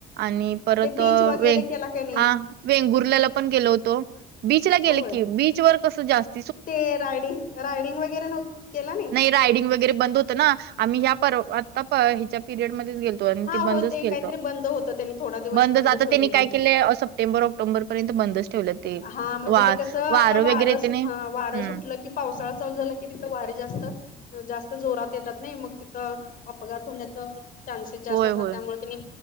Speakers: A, on the right; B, on the left.
A: आणि परंत
B: ते बीच वगैरे
A: वे
B: केला का नाही
A: हा वेंगुर्ल्यालां पणं गेलो होतो बीचला गेलं
B: होय
A: की बीचं वरं कसं जास्तं
B: ते रायडिंग रायडिंग वगैरें नव्हतं केलं
A: राईडीग वगेरे बंद होतमं ह्यांच्या परयड गेलो होतो
B: हा
A: ते बंदचं
B: हो
A: केलतं
B: काहीतरी बंद होतं त्यांनी थोडा दिवस
A: बंदचं
B: बंद
A: आतां
B: ठेवलेले
A: त्यांनी कायं केलं असं सप्टेंबर अक्टोबरपरेतं बंदचं ठेवलं ते
B: हां म्हणजे
A: वा
B: ते कसं आतां वारं
A: वगैरे येते नाही
B: हं
A: हम्म
B: वारं सुटलं की पावसाळां चालूं झालां की तिथं वारी जास्तं जास्तं जोरातं येतातं नाहीं मंग तिथं अपघातं होण्याचं चान्सेस जास्तं
A: होय
B: असतांत
A: होय
B: त्यांमुळें त्यांनी